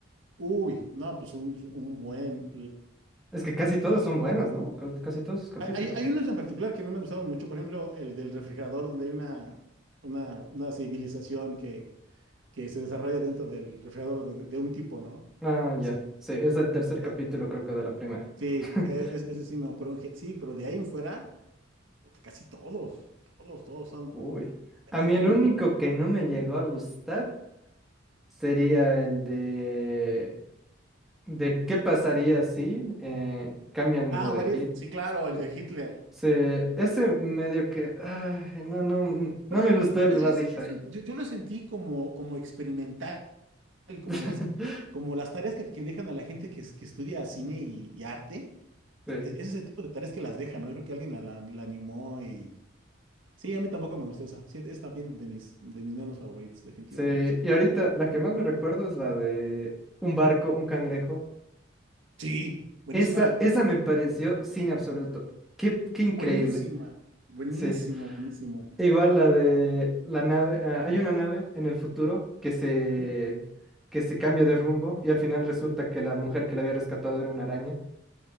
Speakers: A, on the right; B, in the centre.
A: Uy, no, pues un, un buen.
B: Es que casi todos son buenos, ¿no? Ca- Casi todos sus capítulos.
A: Hay, hay unos en particular que no me gustaron mucho, por ejemplo, el del refrigerador, donde hay una, una, una civilización que, que se desarrolla dentro del refrigerador de, de un tipo, ¿no?
B: Ah,
A: Es-
B: ya. Sí, es el tercer
A: es-
B: capítulo, creo que de la primera.
A: sí,
B: <laughs>
A: e- es- ese sí, no, pero en gen- sí, pero de ahí en fuera, puta, casi todos, todos, todos son
B: Uy.
A: penérrimos,
B: A mí el único
A: ¿no?
B: que no me llegó a gustar sería el de... de qué pasaría si eh, cambian
A: Ah,
B: lo de
A: What
B: Hit.
A: If, sí, claro,
B: Se,
A: el de Hitler.
B: se- ese medio que... ay, no, no, mm, no
A: Pues,
B: me gustó el
A: es-
B: Badify.
A: es- eso yo, yo lo sentí como, como experimental, como
B: <laughs>
A: las, como las tareas que, que dejan a la gente que, es- que estudia cine y y arte
B: Sí,
A: e- e- ese tipo de tareas que las dejan, ¿no? Yo creo que alguien la, la- la animó y... Sí, a mí tampoco me gustó esa. Sí, es también de mis, de mis menos favoritos, definitivamente.
B: sí. Y ahorita la que más me recuerdo es la de un barco, un cangrejo.
A: Sí, buenísima.
B: Esa, esa me pareció sin absoluto. Qué, qué increíble.
A: Buenísima. Buenísima,
B: Sí.
A: buenísima.
B: Igual la de la nave, ah, hay una nave en el futuro que se
A: Mm.
B: que se cambia de rumbo y al final resulta que la mujer que la había rescatado era una araña.